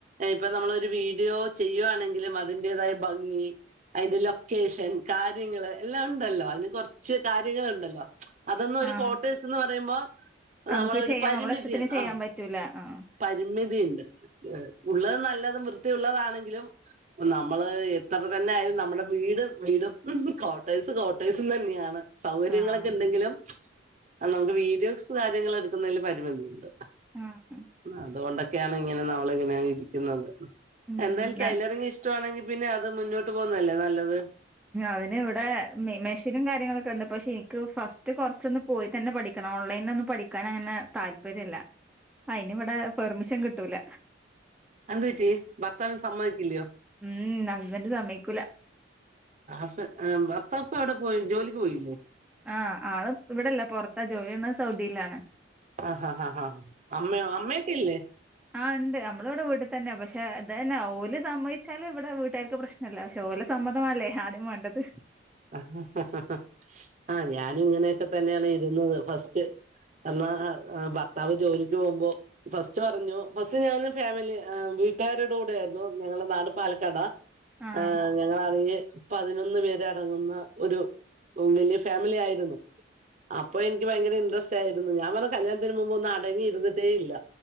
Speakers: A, on the right (about 40°); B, in the centre.
A: ഇപ്പൊ നമ്മളൊരു വീഡിയോ ചെയ്യുവാണെങ്കിലും അതിന്റേതായ ഭംഗി അയിന്റെ ലൊക്കേഷൻ കാര്യങ്ങള് എല്ലാം ണ്ടല്ലോ അയിന് കൊറച്ച് കാര്യങ്ങളുണ്ടല്ലോ അതൊന്നും ഒരു
B: ആഹ്
A: കോട്ടേഴ്സ്ന്ന് പറയുമ്പോ
B: നമുക്ക്
A: നമ്മളെ ഒരു
B: ചെയ്യാം
A: പരിമിതിയ
B: നമ്മളെ ഇഷ്ടത്തിന് ചെയ്യാൻ
A: ആ
B: പറ്റൂല ആഹ്
A: പരിമിതിണ്ട് ഉള്ളത് നല്ല വൃത്തിയുള്ളതാണെങ്കിലും നമ്മള് എത്ര തന്നെ ആയാലും നമ്മുടെ വീട് വീടും <unintelligible> കോട്ടേഴ്സ് കോട്ടേഴ്സുന്നെയാണ് സൗകര്യങ്ങളൊക്കെ
B: ആഹ്
A: ണ്ടെങ്കിലും ആ നമുക്ക് വീഡിയോസ് കാര്യങ്ങള് എടുക്കുന്നതിൽ പരിമിതി ഉണ്ട്
B: ആഹ്
A: അതുകൊണ്ടെ ക്യാണ് ങ്ങനെ നമ്മളിങ്ങനെ ഇരിക്കുന്നത്
B: ഉം
A: എന്തായാലും
B: ആ
A: ടൈലറിങ് ഇഷ് - ഷ്ടാണെങ്കിൽ പിന്നെ അത് മുന്നോട്ട് പോകുന്നല്ലേ നല്ലത്
B: അതിന് ഇവിടെ മെഷിനും കാര്യങ്ങളൊക്കെ ണ്ട് പക്ഷെ നിക്ക് ഫസ്റ്റ് കൊറച്ചൊന്ന് പോയി തന്നെ പഠിക്കണം ഓൺലൈനിൽ ഒന്നും പഠിക്കാൻ അങ്ങനെ താല്പര്യല്ല അതിനിവിടെ പെർമിഷൻ കിട്ടൂല
A: എന്ത് പറ്റി ഭർത്താവിന് സമ്മയി ക്കില്ലയോ
B: ഉം ഹസ്ബന്ഡ് സമ്മയി ക്കൂല
A: ആഹസ്ബ ഭർത്താവ് പ്പെ വിടെ പോയി ജോലിക്ക് പോയില്ലേ
B: ആഹ് ആള് ഇപ്പ ഇവിടി ല്ല പൊ റത്താ ജോലി യ്യ ണത് സൗദിയിലാണ്
A: ആഹാ ഹാ ഹാ അമ്മയോ അമ്മേക്കല്ലെ
B: ആ ണ്ട് നമ്മളവിടെ വീട്ടി തന്നെ പക്ഷെ തെന്നെ ഓല് സമ്മയിച്ചാലും വിടെ വീട്ടുകാർക്ക് പ്രശ്നമല്ല പക്ഷെ ഓലെസമ്മ - സമ്മതമാല്ലേ ആദ്യം വേണ്ടത്
A: ആഹ ഹ ഹ ഞാനും ഇങ്ങനെയൊക്കെ തന്നെയാണ് ഇരുന്നത് ഫസ്റ്റ് തന്ന ഭർത്താവ് ജോലിക്ക് പോകുമ്പോ ഫസ്റ്റ് പറഞ്ഞു ഫസ്റ്റ് ഞാനും ഫാമിലിആ വീട്ടാരുടെ കൂടെയായിരുന്നു ഞങ്ങളെ നാട് പാലക്കാടാ
B: ആഹ്
A: ആ ഞങ്ങലാണെന്കി പതിനൊന്ന് പേര ടങ്ങുന്ന ഒരു വലിയ ഫാമിലി ആയിരുന്നു അപ്പൊ ഇനിക്ക് ഭയങ്കര ഇൻട്രസ്റ്റ് ആയിരുന്നു ഞാൻ പറഞ്ഞ കല്യാണത്തിന് മുമ്പ് ഒന്ന് അടങ്ങിയിരുന്നിട്ടേ ല്ല